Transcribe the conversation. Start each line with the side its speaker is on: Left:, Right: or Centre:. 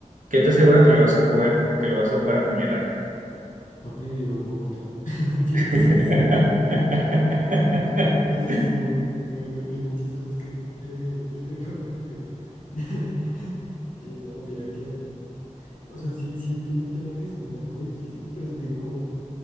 Right: ¿Qué te asegura que le vas a poder, que lo vas a poder apuñalar?
Left: Papi vivo en Bogotá. <laughs> No mentiras.
Right: <laughs>
Left: <laughs> O sea, sí, no, no, no, no hay muchas cosas que se, se me puedan esquivar. <laughs> Eh, no, mira que. O sea, sí, sí entiendo el tema de que es un blanco difícil, pero digo como